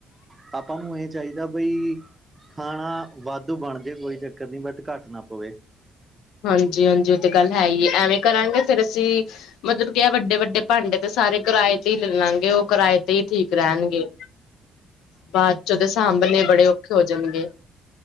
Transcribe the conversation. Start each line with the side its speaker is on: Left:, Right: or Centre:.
Right: ਪਾਪਾ ਨੂੰ ਇਹ ਚਾਹੀਦਾ ਬਈ ਖਾਣਾ ਵਾਧੂ ਬਣ ਜਾੇਏ ਕੋਈ ਚੱਕਰ ਨਹੀਂ ਬਟ ਘੱਟ ਨਾ ਪਵੇ।
Left: ਹਾਂਜੀ, ਹਾਂਜੀ ਉਹ ਤੇ ਗੱਲ ਹੈ ਹੀ ਹੈ ਐਵੇਂ ਕਰਾਂਗੇ ਫੇਰ ਅਸੀਂ ਮਤਲਬ ਕੀ ਆ ਵੱਡੇ, ਵੱਡੇ ਭਾਂਡੇ ਤੇ ਸਾਰੇ ਕਿਰਾਏ ਤੇ ਹੀ ਲੈ ਲਾਂਗੇ ਉਹ ਕਿਰਾਏ ਤੇ ਹੀ ਠੀਕ ਰਹਿਣਗੇ। ਬਾਅਦ ਚ ਉਹਦੇ ਸਾਂਭਣੇ ਬੜੇ ਔਖੇ ਹੋ ਜਾਣਗੇ।